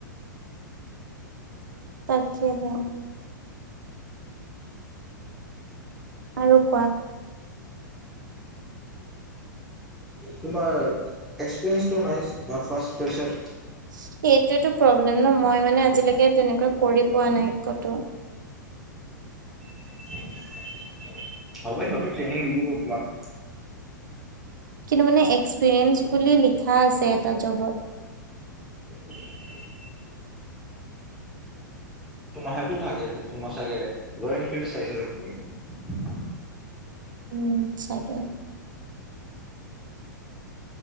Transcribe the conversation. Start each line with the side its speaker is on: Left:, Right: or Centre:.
Right: তাকে হে, আৰু কোৱা
Centre: তোমাৰ এক্সপিৰিয়েঞ্চ টো নাই। না ফাৰ্ষ্ট ফ্ৰেচাৰ
Right: সেইটোয়টো প্ৰব্লেম ন মই মানে আজিলৈকে তেনেকুৱা কৰি পোৱা নাই কটো।
Centre: হ'ব সিঁতো ট্ৰেইনিং দি দিব তোমাক।
Right: কিন্তু মানে এক্সপিৰিয়েঞ্চ বুলি লিখা আছে এটা জবত
Centre: <inaudible> তোমাৰ সেইটোও থাকে তোমাৰ চাগে ৰয়েল এনফিল্ড চাইছে চাগে তুমি
Right: উম চটো